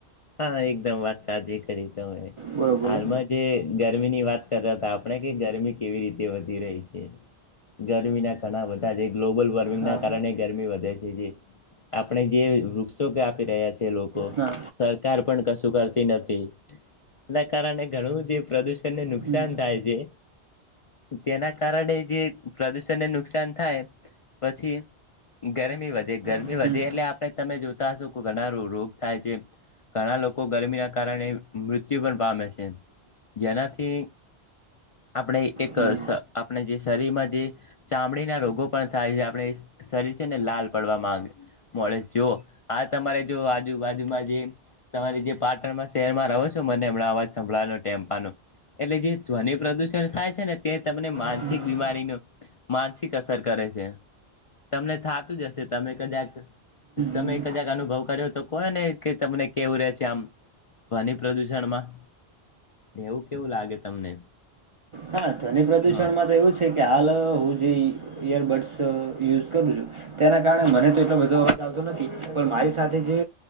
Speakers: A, on the left; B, on the right.
A: હા એકદમ વાત સાચી કરી તમે
B: બોલો બોલો
A: હાલમાં જે ગરમીની વાત કરતા હતા આપણે કે ગરમી કેવી રીતે વધી રહી છે, ગરમીના ઘણા બધા છે, ગ્લોબલ વોર્મિંગના
B: હા
A: કારણે ગરમી વધે છે જે આપણે જે વૃક્ષો કાપી રહ્યા છે, લોકો
B: હા
A: તાર પણ કશું કરતી નથી એના કારણે ઘણું જે પ્રદૂ ષણને નુકસાન
B: હમ
A: થાય છે, તેના કારણે જે પ્રદુષણને નુક સાન થાય પછી ગરમી વધે ગરમી
B: છે
A: વધે
B: હમ.
A: એટલે આપણે તમે જો તાસો ઘના રો રોગ થાય છે. ઘણા લોકો ગરમીના કારણે મૃત્યુ પણ પામે છે. જેનાથી. આપણે એક
B: હમ.
A: આપણે જે શરીરમાં જે ચામડીના રોગો પણ થાય છે, આપણે શરીર છે ને લાલ પડવા માંગે મળે જો આ તમારે જો આજુબાજુમાં જે તમારી જે પાટણ શહેરમાં રહો છો મને હમણાં અવાજ સંભળાવેનો ટેમ્પાનો એટલે જે ધ્વનિ પ્રદુષણ થાય છે ને, તે તમને માનસિક
B: હમ,
A: બીમારીનું માનસિક અસર કરે છે. તમને થાતું જ હશે. તમે કદાક તમે
B: હમ.
A: કદાક અનુભવ કર્યો તો કો ને કે તમને કેવું રે છે, આમ ધ્વનિ પ્રદૂષણમાં? રેવું કેવું લાગે તમને?
B: હા ધ્વનિ પ્રદુષણ
A: હા
B: માં તો એવું છે કે હાલ હું જે ઈયરબડ્સ યુઝ કરું છું તેના કારણે મને તો એટલો બધો અવાજ આવતો નથી પણ મારી સાથે જે